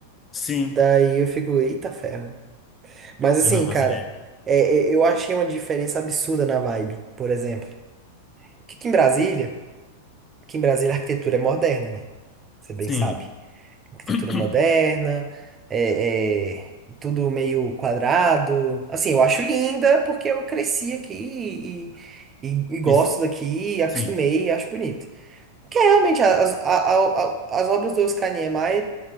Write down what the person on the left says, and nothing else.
Sim.
É, não, mas
é...
Sim.
<coughs>
Isso.
Sim.